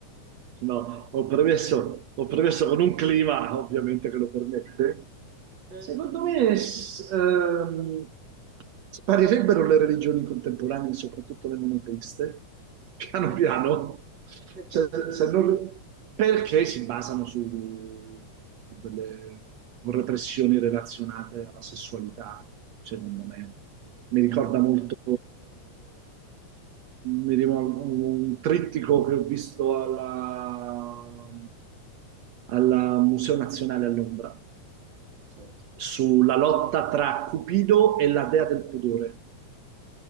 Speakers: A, on the right; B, on the right.
A: no, ho premesso, ho premesso con un clima ovviamente che lo permette.
B: Eh.
A: Secondo me s- ehm, sparirebbero le religioni contemporanee, soprattutto le monoteiste, piano
B: Perché?
A: piano,
B: Perché?
A: se- se non- perché si basano su delle repressioni relazionate alla sessualità, secondo me. Mi ricorda
B: eh,
A: molto mi ricordo un trittico che ho visto alla, alla Museo Nazionale a Londra
B: cioè,
A: sulla lotta tra Cupido e la dea del pudore